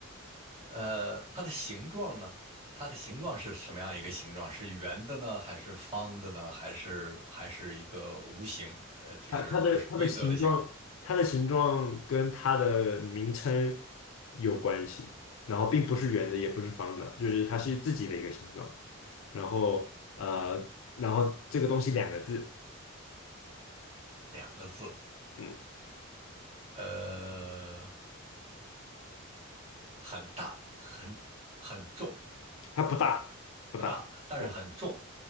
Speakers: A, on the right; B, on the left.
A: 呃，它的形状呢，它的形状是什么样一个形状？是圆的呢，还是方的呢，还是还是一个无形？呃，就是不是规则的形状？
B: 它它的它的形状，它的形状跟它的名称有关系，然后并不是圆的，也不是方的，就是它是自己的一个形状。然后呃，然后这个东西两个字，
A: 两个字，
B: 嗯，
A: 呃，很大，很很重，
B: 它不大不大，
A: 不大，但是很重，
B: 嗯，